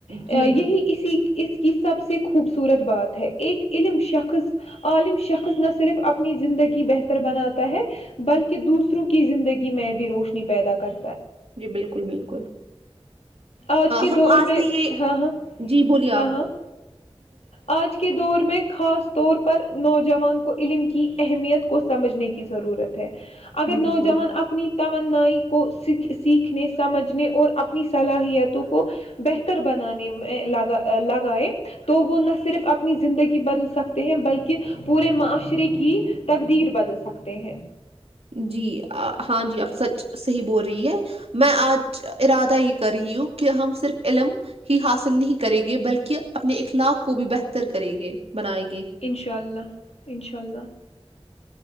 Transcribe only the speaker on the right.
جی جی
جی بالکل بالکل
ہم
آج
سے
جی بولی <unintelligible>
جی بالکل
جی ہاں جی اب سچ صحیح بول رہی ہے میں آج ارادہ یہ کر رہی ہوں کہ ہم صرف علم ہی حاصل نہیں کریں گے بلکہ اپنے اخلاق کو بھی بہتر کریں گے بنائیں گے